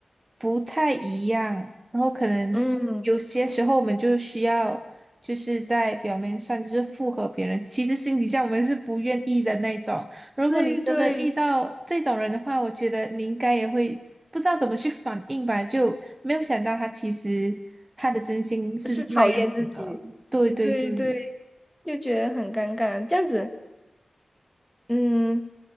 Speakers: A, on the right (about 25°); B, in the centre.
A: 不太一样，然后可能有些时候我们就需要就是在表面上就是附和别人，
B: 嗯，
A: 其实心底下我们是不愿意的那种。如果你真的遇到这种人的话，
B: 对对，
A: 我觉得你应该也会不知道怎么去反应吧，就没有想到他其实他的真心是那样子的。
B: 是讨厌自己，
A: 对对对，
B: 对对，就觉得很尴尬，这样子，嗯。